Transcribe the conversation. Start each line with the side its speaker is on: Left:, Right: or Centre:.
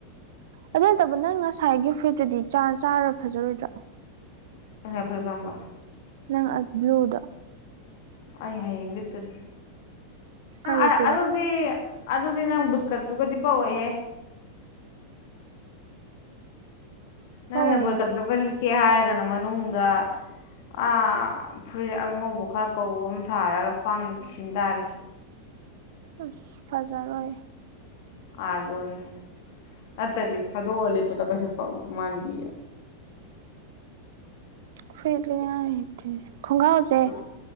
Right: ꯑꯗꯨ ꯅꯠꯇꯕ ꯅꯪ ꯉꯁꯥꯏꯒꯤ ꯐꯨꯔꯤꯠꯇꯨꯗꯤ ꯆꯥꯔ ꯐꯖꯔꯣꯏꯗ꯭ꯔꯥ
Left: ꯑꯩ ꯉꯥꯁꯥꯏ ꯐꯨꯔꯤꯠ ꯀꯔꯝꯕ
Right: ꯅꯪ ꯑꯁ ꯕ꯭ꯂꯨꯗꯣ
Left: ꯑꯩ ꯍꯌꯦꯡ ꯂꯤꯇꯗꯤ
Right: ꯀꯥꯏ ꯆꯠꯇꯣꯏꯕ
Left: ꯑ ꯑꯗꯨꯗꯤ ꯑꯗꯨꯗꯤ ꯅꯪ ꯕꯨꯠꯀꯠꯇꯨꯒꯗꯤ ꯄꯛꯑꯣꯏꯍꯦ ꯅꯪꯅ
Right: ꯄꯋꯥꯏꯌꯦ
Left: ꯕꯨꯠꯀꯠꯇꯨꯒ ꯂꯤꯠ ꯀꯦ ꯍꯥꯏꯔꯒꯅ ꯃꯅꯨꯡꯗ ꯑꯥ ꯐꯨꯔꯤꯠ ꯑꯉꯧꯕ ꯈꯔ ꯀꯧꯕ ꯑꯃ ꯁꯥꯔꯒ ꯈ꯭ꯋꯥꯡꯗ ꯀꯤꯁꯤꯟ ꯇꯥꯔꯦ
Right: ꯑꯁ ꯐꯖꯔꯣꯏ
Left: ꯑꯗꯨꯅꯤ ꯅꯠꯇꯕꯤ ꯊꯥꯗꯣꯛꯑꯥ ꯂꯤꯠꯄꯗ ꯀꯁꯨ ꯐꯥꯎ ꯃꯥꯟꯗꯤ
Right: ꯐꯨꯔꯤꯠ ꯂꯤꯅꯤꯉꯥꯏ ꯂꯩꯇꯦ ꯈꯣꯡꯒ꯭ꯔꯥꯎꯁꯦ
Left: ꯀꯨꯠ